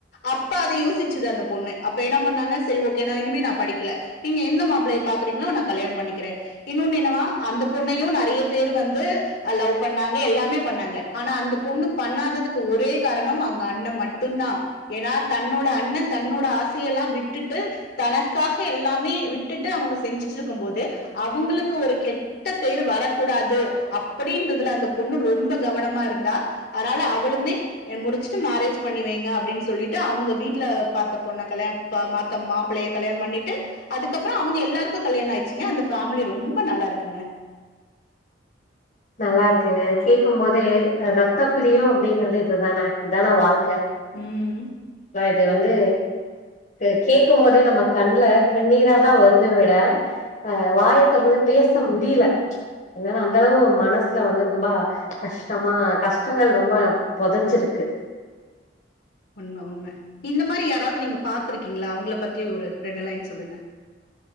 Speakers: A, on the left; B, on the left.
A: அப்ப அத யோசிச்சது அந்த பொண்ணு அப்ப என்ன பண்ணாங்க சேரி ஓகே நா இனிமே நா படிக்கல நீங்க எந்த மாப்ளய பாக்குறீங்களோ நா கல்யாணோ பண்ணிக்கிறே இன்னொன்னு என்னவா அந்த பொண்ணையு நெறைய பேர் வந்து ஆ லவ் பண்ணாங்க எல்லாமே பண்ணாங்க ஆனா அந்த பொண்ணு பண்ணாததுக்கு ஒரே காரணம் அவுங்க அண்ண மட்டுந்தா ஏன்னா தன்னோட அண்ணன் தன்னோட ஆசையெல்லா விட் விட்டுட்டு தனக்காக எல்லாமே விட்டுட்டு அவுங்க செஞ்சுட்ருக்கும் போது அவுங்களுக்கு ஒரு கெட்ட பேரு வரக்கூடாது அப்படின்றதுல அந்த பொண்ணு ரொம்ப கவனமா இருந்தா அதனால அவளுமே அ முடிச்சுட்டு மேரேஜ் பண்ணி வைங்க அப்டின்னு சொல்லிட்டு அவங்க வீட்ல பாத்த பொண்ண கல்யாணோ பா மாத்த மாப்பளைய கல்யாணம் பண்ணிட்டு அதுக்கப்பறோ அவுங்க எல்லாருக்கு கல்யாணோ ஆயிடுச்சுங்க அந்த ஃபேமிலி ரொம்ப நல்லா இருக்குங்க.
B: நல்லா இருக்குங்க கேக்கும் போதே ஆ ரத்தப் பிரியோ அப்டிங்கிறது இதுதான இதான வாழ்க்க
A: ம்
B: இது வந்து கே கேக்கும் போதே நம்ம கண்ல கண்ணீராதா வருதே விட ஆ வாய தெறந்து பேச முடியல என்னன்னா அந்த அளவு மனசுல வந்து ரொம்ப கஷ்டமா கஷ்டங்கள் ரொம்ப பொதஞ்சிருக்கு
A: உண்ம உண்ம இந்த மாரி யாராவது நீங்க பாத்துருக்கீங்களா அவுங்கள பத்தி ஒரு ரெண்டு லைன் சொல்லுங்க